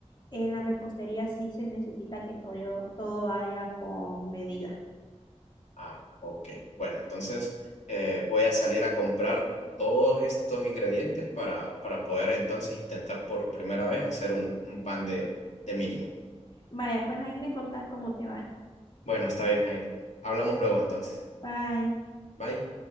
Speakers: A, on the left; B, on the left.
A: En la repostería sí se necesita que todo, todo vaya con medida.
B: Ah, ok. Bueno, entonces eh, voy a salir a comprar todos estos ingredientes para, para poder entonces intentar por primera vez hacer un, un pan de, de mínimo.
A: Vaya, pues ahí me contás cómo te va.
B: Bueno, está bien, Jair. Hablamos luego entonces.
A: Bye.
B: Bye.